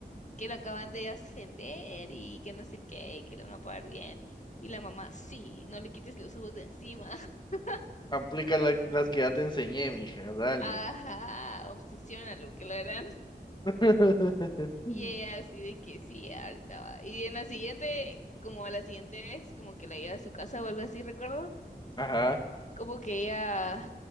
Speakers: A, on the left; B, on the left.
A: que lo acaban de ascender y que no sé qué, y que le van a pagar bien. Y la mamá, sí, no le quites los ojos de encima. <laughs>
B: Aplica la- las que ya te enseñé, mija, dale.
A: Ajá, obsesiónalo, que lo harán.
B: <laughs>
A: Y ella así de que sí, ahorita va. Y en la siguiente, como a la siguiente vez, como que la lleva a su casa o algo así, recuerdo,
B: Ajá.
A: como que ella